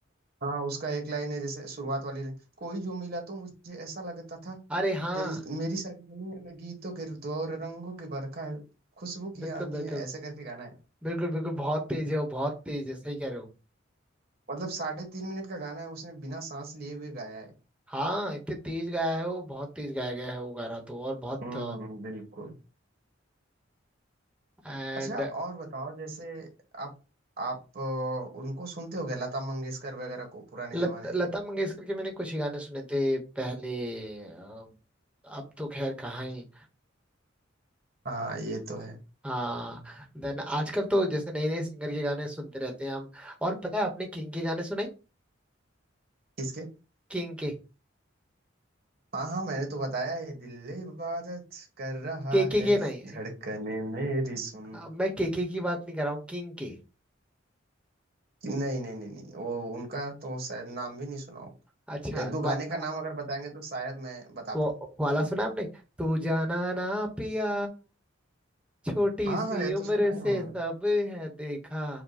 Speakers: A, on the right; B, in the centre.
A: हाँ उसका एक लाइन है जैसे शुरुआत वाली लाइन कोई जो मिला तो मुझे ऐसा लगता था
B: अरे हाँ
A: तेरी मेरी सारी दुनिया में गीतों के ऋतु और रंगों की बरखा है खुशबू की
B: बिल्कुल
A: आंधी
B: बिल्कुल
A: है ऐसे करके गाना है
B: बिल्कुल बिल्कुल बहुत तेज है वो बहुत तेज है सही कह रहे हो
A: मतलब साढ़े तीन मिनट का गाना है उसने बिना सांस लिए हुए गाया है
B: हाँ इतने तेज गाया है वो बहुत तेज गाया गया है वो गाना तो और बहुत
A: हम्म बिल्कुल
B: एंड
A: अच्छा और बताओ जैसे आप आप अ, उनको सुनते हो गए लता मंगेशकर वगैरह को पुराने
B: लत,
A: जमाने
B: लता मंगेशकर के मैंने कुछ ही गाने सुने थे पहले अ, अब तो खैर कहाँ ही
A: हाँ ये तो है
B: हाँ देन आजकल तो जैसे नए नए सिंगर के गाने सुनते रहते हैं हम और पता है आपने किंग के गाने सुने
A: किसके
B: किंग के
A: हाँ हाँ मैंने तो बताया है दिल इबादत कर रहा
B: के के
A: है
B: के नहीं
A: धड़कने मेरी सुन
B: अ, मैं के के की बात नहीं कर रहा हूँ किंग के
A: नहीं नहीं नहीं नहीं वो उनका तो शायद नाम भी नहीं सुना हो
B: अच्छा
A: एक दो
B: वा,
A: गाने का
B: अ,
A: नाम अगर बताएंगे तो शायद मैं बता
B: वो
A: पाऊँ
B: वाला सुना आपने तू जाना ना पिया छोटी
A: हाँ
B: सी
A: हाँ ये
B: उम्र
A: तो सुना
B: से
A: ही होगा
B: सब है देखा